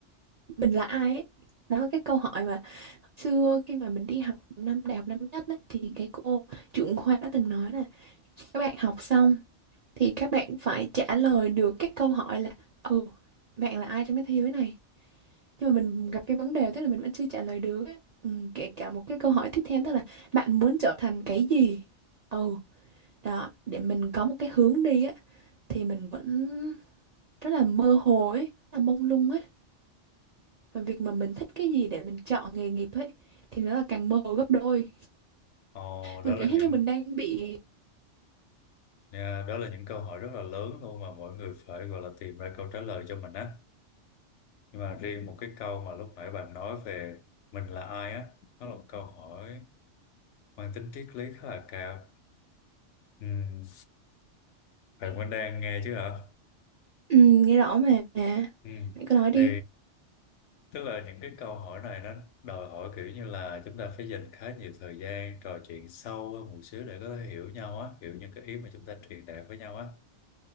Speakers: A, on the right; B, on the left.
A: mình là ai ấy đó là cái câu hỏi mà xưa khi mà mình đi học năm đại học năm nhất ấy, thì cái cô trưởng khoa đã từng nói là các bạn học xong thì các bạn phải trả lời được cái câu hỏi là ừ bạn là ai trong cái thế giới này nhưng mà mình gặp cái vấn đề tức là mình vẫn chưa trả lời được á. ừ, kể cả một cái câu hỏi tiếp theo tức là bạn muốn trở thành cái gì ừ đó để mình có một cái hướng đi á thì mình vẫn rất là mơ hồ ấy rất là mông lung ấy và việc mà mình thích cái gì để mình chọn nghề nghiệp ấy thì nó là càng mơ hồ gấp đôi
B: Ồ, đó
A: mình
B: là
A: cảm giác
B: những
A: như mình đang bị
B: Nha, đó là những câu hỏi rất là lớn luôn mà mỗi người phải gọi là tìm ra câu trả lời cho mình á. Nhưng mà riêng một cái câu mà lúc nãy bạn nói về mình là ai á, nó là một câu hỏi mang tính triết lý khá là cao. Ừ, bạn vẫn đang nghe chứ hả?
A: ừ, nghe rõ mà mẹ
B: Ừ.
A: cứ nói đi
B: Thì tức là những cái câu hỏi này nó đòi hỏi kiểu như là chúng ta phải dành khá nhiều thời gian trò chuyện sâu hơn một xíu để có thể hiểu nhau á, hiểu những cái ý mà chúng ta truyền đạt với nhau á.